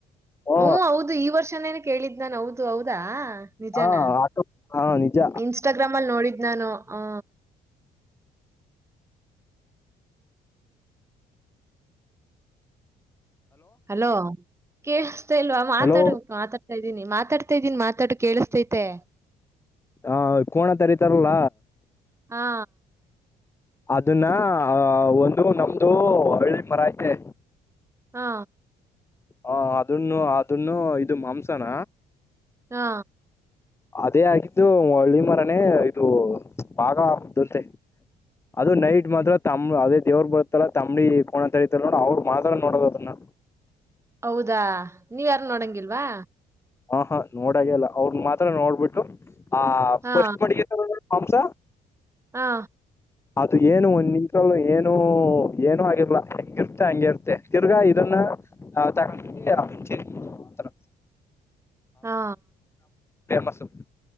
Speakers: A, on the left (about 15°); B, on the right (about 15°).
A: ಹ
B: ಹ್ಮ ಹೌದು ಈ ವರ್ಷನೆನೆ. ಕೇಳಿದ್ ನಾನ್ ಹೌದು ಹೌದಾ. ನಿಜಾನ
A: ಹ ಹ ನಿಜ
B: ಇನ್ಸ್ಟಾಗ್ರಾಮ್ ಅಲ್ ನೋಡಿದ್ ನಾನೋ ಆ. ಹಲೋ ಕೆ ಹ. ತೆ ಇಲ್ವಾ ಮಾತಾಡು
A: ಹಲೋ
B: ಮಾತಾ ತಯಿದ್ದೀನಿ ಮಾತಾಡ್ತಾ ಇದ್ದೀನಿ ಮಾತಾಡ್ ಕೇಳಿಸ್ತೈತೆ.
A: ಹಾ ಕೋಣ ತರಿತರಲ್ಲ.
B: ಹಾ
A: ಅದುನ್ನ ಅ ಒಂದು ನಮ್ದು ಹಳ್ಳಿ ಮರ ಐತೆ.
B: ಹಾ
A: ಹಾ ಅದುನ್ನು ಅದುನ್ನು ಇದು ಮಾಂಸನ.
B: ಹಾ
A: ಅದೇ ಆಗಿದ್ದು ಹಳ್ಳಿ ಮರಾನೇ ಇದು ಬಾಗ ಆಗುದ್ ಅಂತೆ ಅದು ನೈಟ್ ಮಾತ್ರ ತಮ್ ಅದೇ ದೇವ್ರ ಬರ್ತಲ್ಲ ತಂಬ್ಳಿ ಕೋಣಂತ ಐತೆ ನೋಡ ಅವ್ರ್ ಮಾತ್ರ ನೋಡದ್ ಅದುನ್ನ.
B: ಹೌದಾ ನೀವ್ ಯಾರು ನೋಡಂಗಿಲ್ವಾ.
A: ಹಾ ಹಾ ನೋಡಾಗೆಲ್ಲ ಅವ್ರ್ ಮಾತ್ರ ನೋಡ್ಬುಟ್ಟು. ಹ
B: ಹಾ
A: ಫಸ್ಟ್ ಮಾಡ್ಗೀರ್ತ ನೋಡು. ಹಂಸ.
B: ಹಾ
A: ಅದು ಏನು ಒನಿ ತಾಲ್ಲು ಏನು ಏನು ಆಗಿಲ್ಲಾ ಹೆಂಗುರುತೆ ಅಂಗಿರುತೆ ತೀರ್ಗಾ ಇದನ್ನ ತಗೊಂಡೋಗಿ ಚಿ. ಹ್ಮ್ ತ್ರ.
B: ಹಾ
A: ಫೇಮಸು